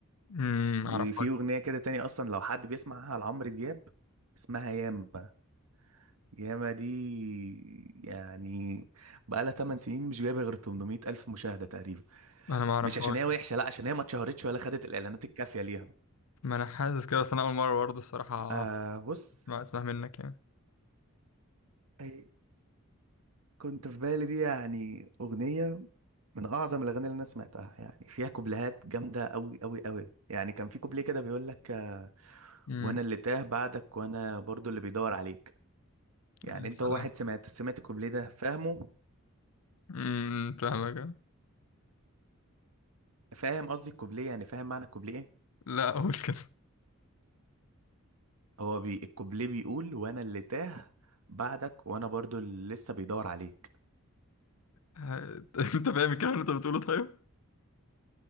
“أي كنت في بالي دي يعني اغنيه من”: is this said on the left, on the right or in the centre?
Right